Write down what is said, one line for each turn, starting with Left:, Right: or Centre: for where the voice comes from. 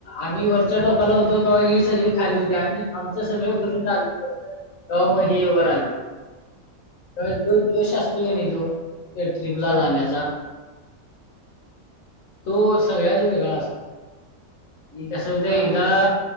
Left: आम्ही वरच्या टोकाला होतो ते सगळी खाली होती आणि आमचं सगळं करून झाले तेव्हा मगं ते वर आले. तो जोश असतं की नाही तो त्या ट्रिपला
Right: हा
Left: जाण्याचा
Right: हा
Left: तो सगळ्याच वेगळा असतो आणि कसं होतं
Right: हा
Left: एकदा
Right: मग तुम्ही